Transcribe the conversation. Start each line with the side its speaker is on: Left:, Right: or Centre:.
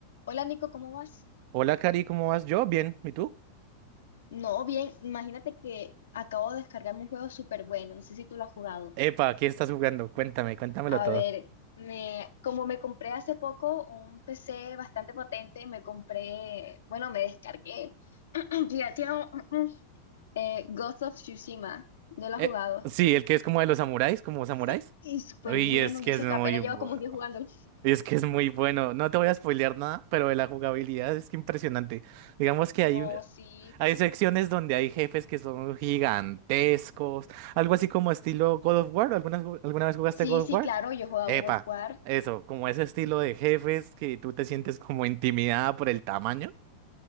Left: Hola Nico, ¿cómo vas?
Right: Hola, Cari, ¿cómo vas? Yo, bien. ¿Y tú?
Left: No, bien, imagínate que acabo de descargarme un juego súper bueno, no sé si tú lo has jugado.
Right: Epa, ¿qué estás jugando? Cuéntame, cuéntamelo
Left: A
Right: todo.
Left: ver, me, como me compré hace poco un PC bastante potente, me compré, bueno, me descargué, <clears throat> pirateado, <clears throat> eh, Ghost of Tsushima, ¿no lo has
Right: Eh,
Left: jugado?
Right: sí, el que es como de los samuráis, como samuráis.
Left: Sí, y súper
Right: Uy,
Left: bueno,
Right: es que
Left: y eso
Right: es muy
Left: que apenas
Right: bueno.
Left: llevo como un día jugándolo.
Right: Es que es muy bueno. No te voy a spoilear nada, pero de la jugabilidad es que impresionante. Digamos que hay,
Left: No,
Right: un-
Left: sí,
Right: hay secciones donde hay jefes que son gigantescos, algo así como estilo God of War. ¿Alguna, ju- alguna vez jugaste
Left: sí,
Right: God
Left: sí,
Right: of War?
Left: claro, yo jugaba
Right: Epa,
Left: God of War,
Right: eso, como ese estilo de jefes que tú te sientes como intimidada por el tamaño.